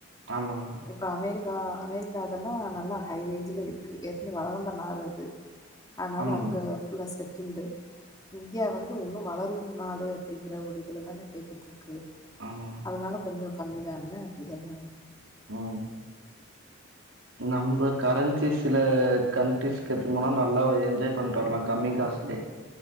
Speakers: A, on the right (about 80°); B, on the left (about 20°).
A: ஆமா மேம்
B: இப்போ அமெரிக்கா அமெரிக்கா இதெல்லா நல்லா ஹை ரேஞ்சுல இருக்கு ஏற்கனவே வளர்ந்த நாடு அது அதுனால
A: ஆமா
B: அங்க
A: மேம்.
B: ஃபுல்லா செட்டுல்டு இந்தியா வந்து உன்னு வளரும் நாடு அப்டிங்கிற ஒரு இதுல தான போய்க்கிட்டு இருக்கு
A: ஆமா
B: அதனால கொஞ்சோ கம்மி தான அப்டிதான
A: ம் நம்ம கரன்சிஸ்ல கன்ட்ரிஸ்க்கு எத்துனு போனாலு நல்லா என்ஜாய் பண்ட்டு வரலா கம்மி காசுலே